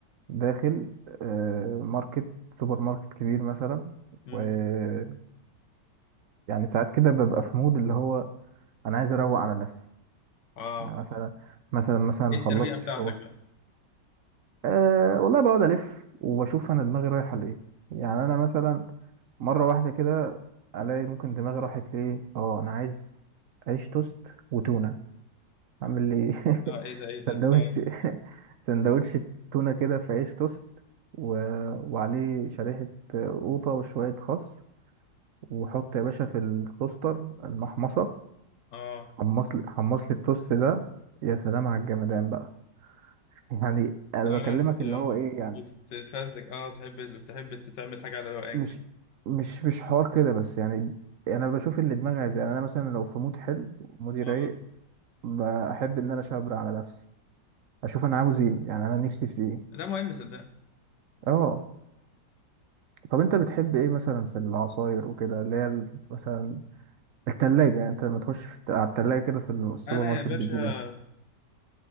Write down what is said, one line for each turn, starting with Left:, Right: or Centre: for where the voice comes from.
Right: داخل آه، ماركت سوبر ماركت كبير مثلا
Left: مم.
Right: ويعني ساعات كده ببقى في مود اللي هو انا عايز اروق على نفسي
Left: اه
Right: يعني مثلا مثلا مثلا
Left: ايه
Right: خلصت
Left: الترويقه بتاعتك
Right: الشغل
Left: بقى
Right: أه والله بقعد الف وبشوف انا دماغي رايحه لايه يعني انا مثلا مره واحده كده الاقي ممكن دماغي راحت لايه اه انا عايز عيش توست وتونه عامل لي
Left: اه
Right: <laughs>
Left: ايه ده ايه ده
Right: سندوتش
Left: اه
Right: <laughs> سندوتش تونة كده في عيش توست و... وعليه شريحة قوطة وشوية خس وحط يا باشا في التوستر المحمصة
Left: اه
Right: حمص لي حمص لي التوست ده يا سلام على الجمدان بقى يعني انا
Left: انا
Right: بكلمك
Left: لا انت
Right: اللي هو ايه يعني
Left: بتتفازلك اه تحب تحب تعمل حاجه على روقان
Right: مش
Left: كده
Right: مش مش حوار كده بس يعني انا بشوف اللي دماغي عايزاه يعني انا مثلا لو في مود حلو ومودي
Left: اه
Right: رايق بحب ان انا اشبر على نفسي اشوف انا عاوز ايه يعني انا نفسي في ايه
Left: ده مهم صدق
Right: اه طب انت بتحب ايه مثلا في العصاير وكده اللي هي ال- مثلا التلاجة يعني انت لما تخش في الت- على التلاجة كده في السوبر
Left: انا
Right: ماركت
Left: يا باشا
Right: بتجيب ايه